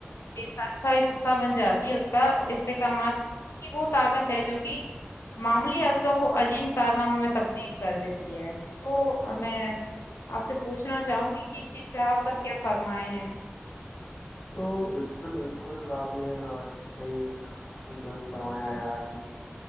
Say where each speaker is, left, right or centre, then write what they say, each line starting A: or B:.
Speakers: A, on the left; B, on the left.
A: سا سا حصہ بن جاتی ہے اس کا استحکامات کی وہ طاقت ہے جو کہ معمولی عرتوں کو عظیم کارناموں میں تبدیل کر دیتی ہے تو ہمیں
B: بالکل،
A: آپ سے پوچھنا چاہوں گی کہ اس چیز پہ آپ کا کیا فرمائے ہیں
B: تو بالکل بالکل آپ نے آ صحیح آ بالکل درست فرمایا یا جن کی